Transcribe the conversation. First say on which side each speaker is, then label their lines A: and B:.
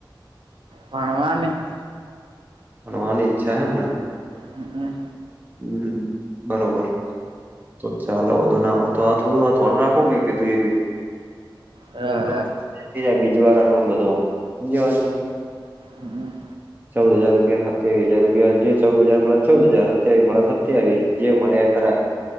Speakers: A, on the right; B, on the right.
A: ભણવાની.
B: ભણવાની ઈચ્છા હ એમ ને.
A: હમ, હમ.
B: હમ, બરોબર. તો ચાલે વોધો ના આવે તો, આ થોડું આ ધોન રાખો, મે કીધું એ રહ્યું.
A: હા
B: તો એટલો ખર્ચો જાય, બીજી વાર આનો બધો બીજ વાત ને.
A: હમ, હમ.
B: ચૌદ હજાર રૂપિયા નું હજાર રૂપિયા, જે ચૌદ હજાર મળે, ચૌદ હજાર. સત્યાવી મળે તો, સત્યાવી જે મળે એ ખરા.